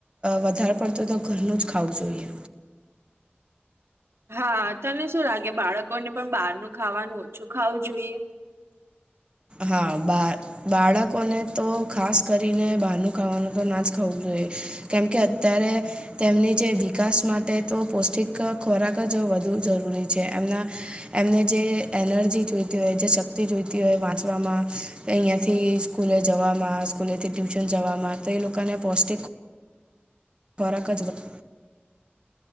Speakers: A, on the right; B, on the right.
A: વધારે પડતું તો ઘરનું જ ખાવું જોઈએ.
B: હા તને શું લાગે બાળકોને પણ બહારનું ખાવાનું ઓછું ખાવું જોઈએ.
A: હા બાર બાળકોને તો ખાસ કરીને બહાનનું ખાવાનું તો ના જ ખાવું જોઈએ કેમકે અત્યારે તેમની જે વિકાસ માટે તો પૌષ્ટિક ખોરાક જ વધુ જરૂરી છે એમના એમને જે એનર્જી જોઈતી હોય જે શક્તિ જોઈતી હોય વાંચ વામાં અહીંયાથી સ્કૂલે જવામાં સ્કૂલેથી ટ્યુશન જવામાં તો એ લોકોને પૌષ્ટિક ખોરક <unintelligible>